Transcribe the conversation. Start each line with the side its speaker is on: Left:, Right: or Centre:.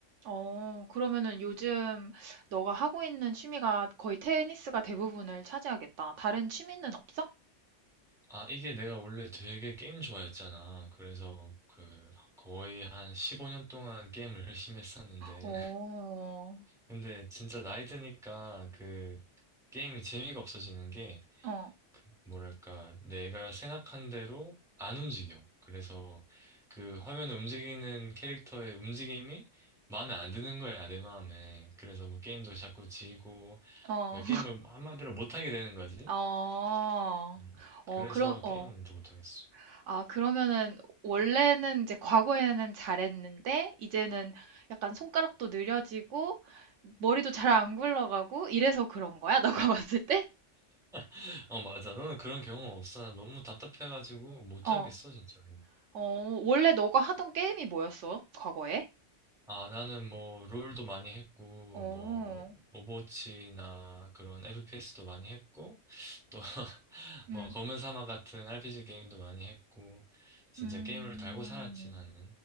Right: 어, 그러면은 요즘 너가 하고 있는 취미가 거의 테니스가 대부분을 차지하겠다. 다른 취미는 없어?
Centre: 아, 이게 내가 원래 되게 게임 좋아했잖아. 그래서 그, 거의 한 15년 동안 게임을 <laughs> 열심히 했었는데,
Right: 어,
Centre: 근데 진짜 나이 드니까 그 게임이 재미가 없어지는 게
Right: 어,
Centre: 뭐랄까 내가 생각한 대로 안 움직여. 그래서 그 화면 움직이는 캐릭터의 움직임이 마음에 안 드는 거야, 내 마음에. 그래서 뭐 게임도 자꾸 지고
Right: 어.
Centre: 그러니까 게임을 한마디로 못하게 되는 거지.
Right: 어,
Centre: 음.
Right: 어,
Centre: 그래서
Right: 그럼, 어,
Centre: 게임은 더 못하겠어.
Right: 아, 그러면은, 원래는 이제 과거에는 잘했는데, 이제는 약간 손가락도 느려지고, 머리도 잘 안 굴러가고, 이래서 그런 거야? <laughs> 너가 봤을 때?
Centre: <laughs> 어, 맞아. 너는 그런 경험 없어. 나 너무 답답해가지고 못하겠어,
Right: 어,
Centre: 진짜.
Right: 어, 원래 너가 하던 게임이 뭐였어? 과거에?
Centre: 아, 나는 뭐, 롤도 많이 했고,
Right: 어,
Centre: 뭐, 오버워치나 그런 FPS도 많이 했고, 또, <laughs>
Right: 음,
Centre: 뭐, 검은 사막 같은 RPG 게임도 많이 했고, 진짜
Right: 음.
Centre: 게임을 달고 살았지, 나는.